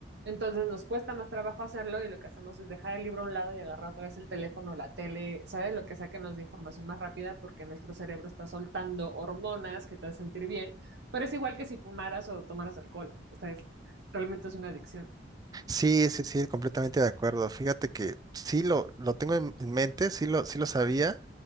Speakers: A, on the right (about 65°); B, on the right (about 20°).
A: Entonces nos cuesta más trabajo hacerlo y lo que hacemos es dejar el libro a un lado y agarrar otra vez el teléfono, la tele, ¿sabes? Lo que sea que nos dé información más rápida porque nuestro cerebro está soltando hormonas que te hacen sentir bien, pero es igual que si fumaras o tomaras alcohol, o sea, es- realmente es una adicción.
B: Sí, sí, sí, completamente de acuerdo. Fíjate que sí lo, lo tengo en en mente, sí lo, sí lo sabía,